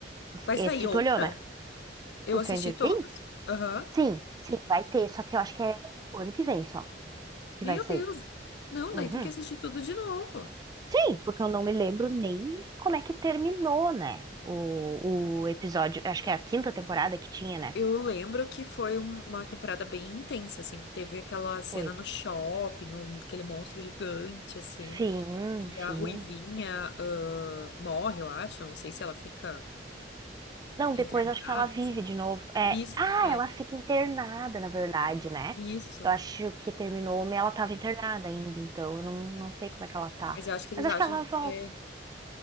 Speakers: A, on the left; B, on the right.
A: vai
B: Esse
A: sair outra?
B: tu olhou, né?
A: Eu
B: O
A: assisti
B: Stranger
A: todos.
B: Things?
A: Aham.
B: Sim, sim, vai ter. Só que eu acho que é o ano que vem só que
A: Meu
B: vai sair.
A: Deus. Não,
B: Uhum.
A: daí tem que assistir tudo de novo.
B: Sim, porque eu não me lembro nem como é que terminou, né? O, o episódio, acho que é a quinta temporada que tinha, né?
A: Eu lembro que foi um- uma temporada bem intensa, assim. Teve aquela cena
B: Foi.
A: no shopping, um- aquele monstro gigante, assim.
B: Sim,
A: E
B: sim.
A: a Ruivinha, ah, morre, eu acho. Eu não sei se ela fica,
B: Não,
A: fica
B: depois
A: internada.
B: acho que ela vive
A: assim.
B: de novo. É,
A: Isso,
B: ah,
A: né?
B: ela fica internada, na verdade, né?
A: Isso.
B: Eu acho que terminou, mas ela tava internada ainda, então eu não, não sei como é que ela tá.
A: Mas eu acho que eles
B: Mas acho
A: acham,
B: que ela volta,
A: é,